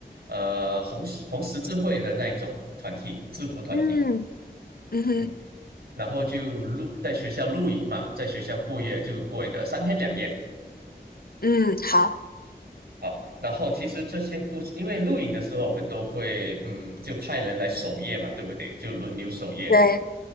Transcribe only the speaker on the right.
呃红十红十字会的那一种团体，制服团体。
嗯，然后就露在学校露营嘛，在学校过夜就过一个三天两夜。
好，然后其实这些故事，因为录影的时候我们都会，嗯，就派人来守夜嘛，对不对？就轮流守夜。